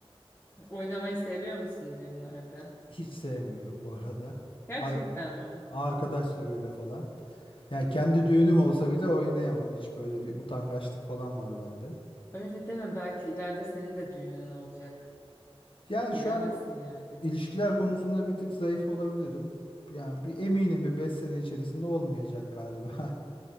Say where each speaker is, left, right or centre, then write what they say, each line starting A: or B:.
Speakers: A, on the left; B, on the left.
A: Oynamayı seviyor musun düğünlerde?
B: <laughs> Hiç sevmiyorum bu arada.
A: Gerçekten
B: Ar-
A: mi?
B: arkadaş soruyla falan. Yani kendi
A: Ha.
B: düğünüm olsa bile oynayamam. Hiç böyle bir utangaçlık falan var bende.
A: Öyle deme belki ileride senin de düğünün olacak.
B: Yani
A: Bilemezsin
B: şu an
A: yani.
B: ilişkiler konusunda bir tık zayıf olabilirim. Yani bir eminim bir 5 sene içerisinde olmayacak galiba. <laughs>